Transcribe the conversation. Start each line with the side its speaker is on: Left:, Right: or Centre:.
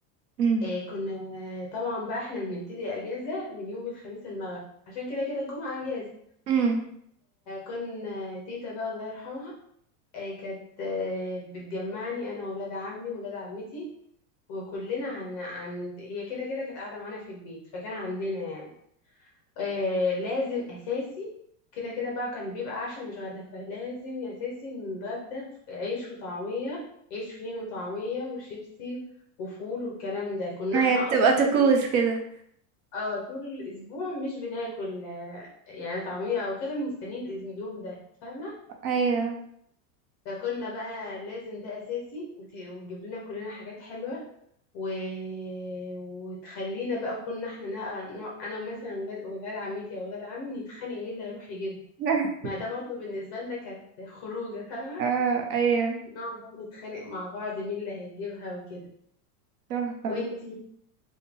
Right: امم
Left: آه، كنا طبعا بقى احنا بنبتدي أجازة من يوم الخميس المغرب عشان كده كده الجمعة أجازة
Right: امم
Left: كنا تيتا بقى الله يرحمها آه، كانت آه، بتجمعني انا واولاد عمي واولاد عمتي وكلنا عن... عن... هي كده كده كانت قاعدة معانا في البيت فكان عندنا يعني آه لازم أساسي كده كده بقى كان بيبقى عشاء مش غدا فلازم أساسي نتغدى في عيش وطعمية عيش فين وطعمية وشيبسي وفول والكلام ده كنا
Right: ايوه
Left: احنا
Right: بتبقى
Left: أصلا
Right: طقوس
Left: طول
Right: كده
Left: اه طول الأسبوع مش بناكل آه، يعني طعمية أو كده بنستنيه الأس- اليوم ده فاهمة
Right: ايوه
Left: فكنا بقى لازم ده أساسي وت- وتجيب لنا كلنا حاجات حلوة و... وتخلينا بقى كنا احنا نق- نق- انا مثلا ولاد ولاد عمتي او ولاد عمي نتخانق مين اللي هيروح يجيبها
Right: <laughs>
Left: ما ده برضو بالنسبه لنا كانت خروجه فاهمه
Right: اه ايوه
Left: نقعد بقى نتخانق مع بعض مين اللي هيجيبها وكده
Right: تحفة
Left: وانتي